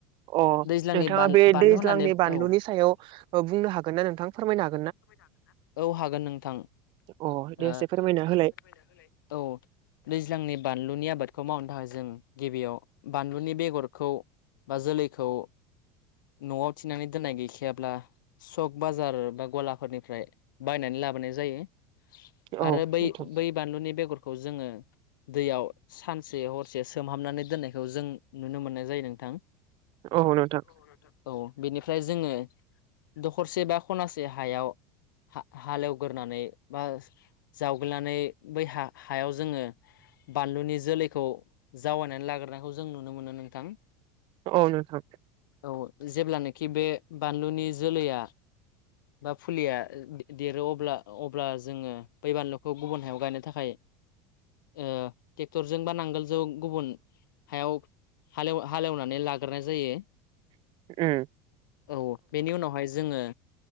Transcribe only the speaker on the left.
दैज्लांनि
बान
बानलु
होननानै
औ
फोरमायनो हागोनना? औ हागोन नोंथां ओ
दे
फोरमायना होलाय। औ। दैज्लांनि बानलुनि आबादखौ मावनो थाखाय जों गिबियाव बानलुनि बेगरखौ। बा जोलैखौ। न'आव थिनानै दोननाय गैखायाब्ला सक, बाजार बा गला। फोरनिफ्राय बायनानै लाबोनाय जायो
आरो बै-
बै। बानलुनि बेगरखौ जोङो। दैयाव सानसे, हरसे सोमहाबनानै दोननायखौ जों नुनो मोननाय जायो नोंथां।
औ नों थां। औ बेनिफ्राय जोङो दखरसे बा खनासे हायाव। हा-हालेवग्रोनानै बा जावग्लिनानै बै हा- हायाव जोङो। बानलुनि जोलैखौ जावायनानै लाग्रोनायखौ जों नुनो मोनो नोंथां।
औ जेब्लानोखि बे बानलुनि जोलैया। बा फुलिया। देरो अब्ला -अब्ला जोङो बै बानलुखौ गुबुन हायाव गायनो थाखाय। ओ ट्रेक्टरजों बा नांगोलजों गुबुन। हायाव हालेव- हालेवनानै लाग्रोनाय जायो।
औ बेनि उनावहाय जोङो।